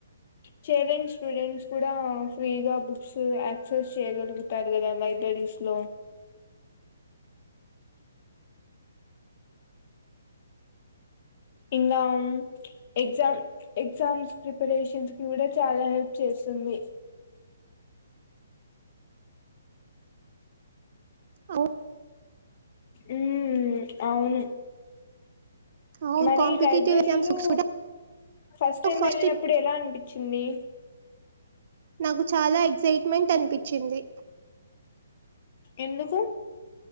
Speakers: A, on the left (about 45°); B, on the right (about 50°).
A: చేయలేని స్టూడెంట్స్ కూడా ఫ్రీగా బుక్సు యాక్సెస్ చేయగలుగుతారు కదా లై డైరీస్ లో
B: అ
A: ఇంగా ఎగ్జామ్ ఎగ్జామ్స్ ప్రిపరేషన్స్ కి కూడా చాలా హెల్ప్ చేస్ తుంది
B: అవు
A: ఊమ్ అవును
B: అవును
A: మరి
B: కాంపిటేటివ్
A: లైబ్రెరీలో
B: ఎగ్జామ్స్ బుక్స్ కూడా
A: ఫస్టైం
B: ఫస్ట్
A: వెళ్ళినప్పుడు ఎలా అనిపిచ్చింది?
B: నాకు చాలా ఎక్సైట్మెంట్ అనిపిచ్చింది
A: ఎందుకు?